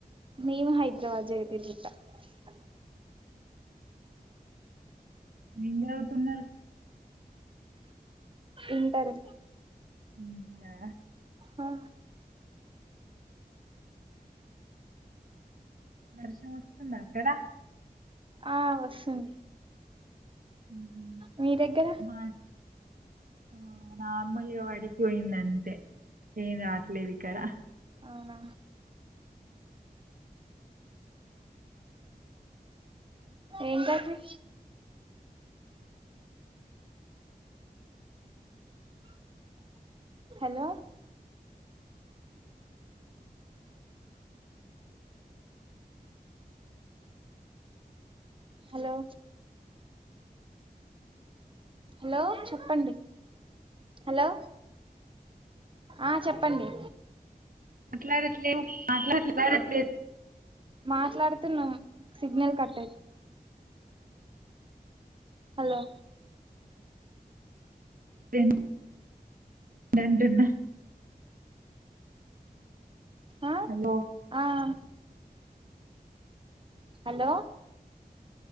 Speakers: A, on the right; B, on the right.
A: నేను హైదరాబాద్ జరితర్బిట్టా <unintelligible>
B: ఏం చదువుతున్నారు
A: ఇంటర్
B: ఇంటర్ ఆ
A: ఆ
B: వర్షం వస్తుందా అక్కడ.
A: ఆ వస్తుంది
B: ఉమ్మ్
A: మీ దగ్గర
B: మా ఆ నార్మల్గా పడిపోయింది అంతే ఏన్ రాట్లే ఇక్కడ
A: అవునా ఏం కర్రీ హలో హలో హలో చెప్పండి హలో ఆ చెప్పండి
B: మాట్లాడుట్లే మాట్లాడుతులాట్లే
A: మాట్లాడుతున్నాం సిగ్నల్ కట్ హలో
B: వి నంటున్నా
A: అ
B: హలో
A: ఆ ఆ హలో